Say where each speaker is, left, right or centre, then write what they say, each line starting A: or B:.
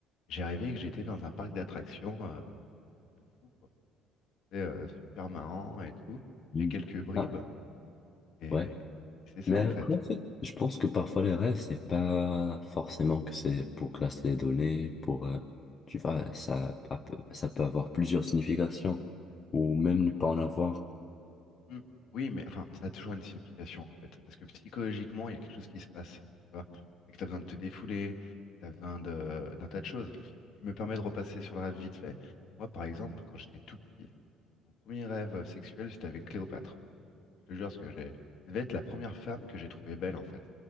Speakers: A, on the left; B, on the left.
A: J'ai rêvé que j'étais dans un parc d'attractions euh, de fou, quoi. C'est euh, super marrant et tout.
B: Mm.
A: J'ai quelques bribes
B: Ah,
A: et,
B: ouais.
A: et c'est ça
B: Mais
A: en
B: après,
A: fait.
B: en fait, je pense que parfois les rêves, c'est pas forcément que c'est pour classer les données, pour, euh, tu vois, ça, ça peut avoir plusieurs significations, ou même ne pas en avoir.
A: Hmm. Oui, mais enfin, ça a toujours une signification en fait. Parce que psychologiquement, il y a quelque chose qui se passe, tu vois. C'est que tu as besoin de te défouler, tu as besoin de, d'un tas de choses. Je me permets de repasser sur le rêve vite fait. Moi, par exemple, quand j'étais tout petit, Mon premier rêve euh, sexuel, c'était avec Cléopâtre. Je te jure, ce que j'ai. Ça devait être la première femme que j'ai trouvée belle, en fait.